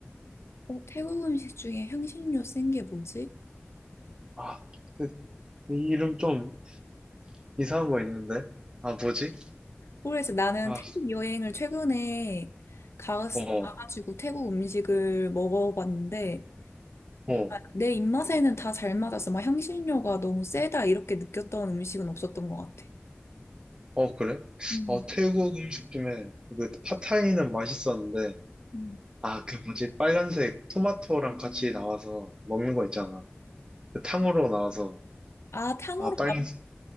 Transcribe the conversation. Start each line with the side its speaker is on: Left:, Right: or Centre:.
Left: 어, 태국 음식 중에 향신료 센 게 뭐지?
Right: 아, 그 이 이름 좀 이상한 거 있는데. 아, 뭐지?
Left: 그래서 나는
Right: 아,
Left: 태국 여행을 최근에 가,
Right: 어,
Left: 가가지고 태국 음식을 먹어봤는데,
Right: 어,
Left: 아, 내 입맛에는 다 잘 맞았어. 막 향신료가 너무 세다 이렇게 느꼈던 음식은 없었던 것 같아.
Right: 어 그래?
Left: 음,
Right: 어 태국 음식 중에 그 팟타이는 맛있었는데
Left: 음.
Right: 아, 그 뭐지? 빨간색 토마토랑 같이 나와서 먹는 거 있잖아. 그 탕후루 나와서
Left: 아, 탕후루
Right: 아, 빨간색.